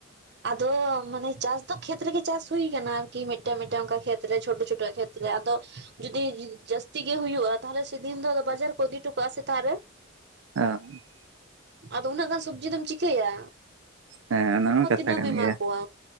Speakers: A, on the right (about 55°); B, on the right (about 80°).
A: ᱟᱫᱚ ᱢᱟᱱᱮ ᱪᱟᱥ ᱫᱚ ᱠᱷᱮᱛ ᱨᱮᱜᱮ ᱪᱟᱥ ᱦᱩᱭ ᱟᱠᱟᱱᱟ ᱟᱨᱠᱤ ᱢᱤᱫᱴᱟᱝ ᱢᱤᱫᱴᱟᱝ ᱚᱱᱠᱟ ᱠᱷᱮᱛᱨᱮ ᱪᱷᱴᱳ ᱪᱷᱳ ᱠᱷᱮᱛ ᱟᱫᱚ ᱡᱩᱫᱤ ᱡᱟᱹᱥᱛᱤ ᱜᱮ ᱦᱩᱭᱩᱜᱼᱟ ᱛᱟᱦᱚᱞᱮ ᱥᱮᱫᱤᱱ ᱫᱚ ᱵᱟᱡᱟᱨ ᱠᱚ ᱤᱫᱤᱴᱚ ᱠᱟᱜᱼᱟ ᱥᱮᱛᱟᱜ ᱨᱮᱼᱼ <unintelligible>
B: <inaudible>
A: ᱟᱫᱚ ᱩᱱᱟᱹᱜ ᱜᱟᱱ ᱥᱚᱵᱡᱤ ᱫᱚᱢ ᱪᱤᱠᱟᱹᱭᱟ᱾
B: ᱦᱮᱸ ᱚᱱᱟ ᱢᱟ ᱠᱟᱛᱷᱟ
A: ᱫᱱᱟᱹᱢ
B: ᱠᱟᱱ
A: ᱮᱢᱟ
B: ᱜᱮᱭᱟ
A: ᱠᱚᱣᱟ